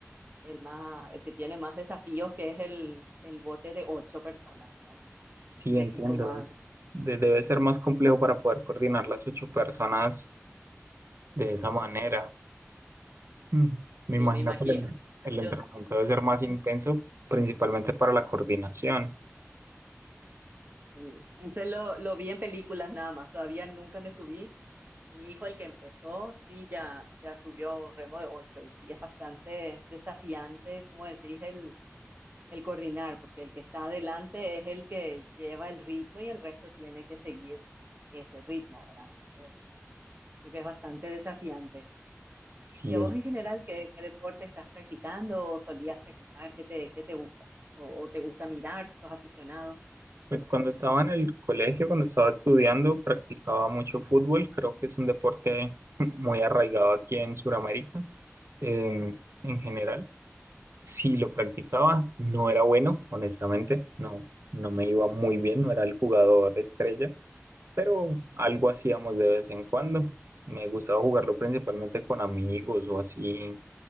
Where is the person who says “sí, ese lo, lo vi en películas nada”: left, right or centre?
Right